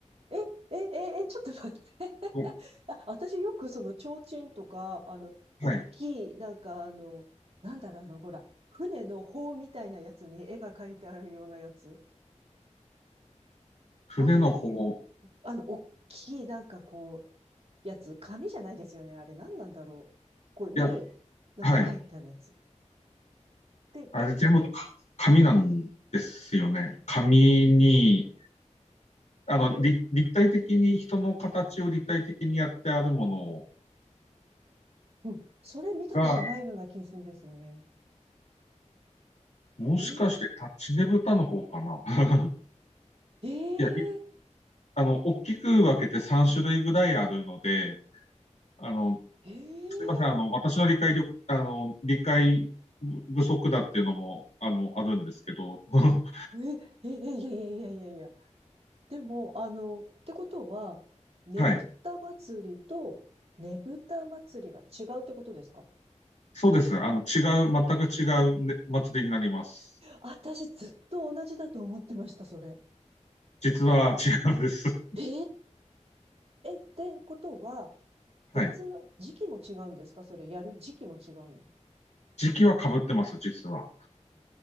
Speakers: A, on the right; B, on the left.
A: え、え、え、え、ちょっと待って。
B: お
A: あ、私よくその提灯とか、あの、大きい、
B: はい。
A: なんかあの、なんだろう、あの、ほら、船の帆みたいなやつに絵が描いてあるようなやつ。
B: 船の方。
A: あれ、あの、大きい、なんかこう、やつ、紙じゃないですよね。あれ、なんなんだろう。ここに、
B: いや、
A: なんか書いてあるやつ。
B: はい。
A: で、
B: あれ全部か紙なんですよね。
A: え、その、
B: 紙に、あの、
A: え、
B: 立立体的に人の形を立体的にやってあるもの
A: うん、それ見たことないような気するんですよね。
B: が、もしかしてタッチねぶたの方かな。
A: え
B: <laughs>
A: ええ
B: いや、あの、大きく分けて3種類ぐらいあるので、あの、
A: ー、えー、
B: すいません、あの、私の理解力、あの、理解不足だっていうのも、あの、あるんですけど、<laughs>
A: えー、え、え、いやいやいやいやいや。でも、あの、ってことは、ねぷた祭りとねぶた祭りが違うってことですか
B: はい。そうです。あの、違う、全く違う、ね、祭りになります。
A: 私ずっと同じだと思ってました、それ。
B: 実は違うんです。
A: え、えー、え、ってことは、別の時期も違うんですかそれやる時期も違うの
B: <laughs> はい。時期は被ってます、実は。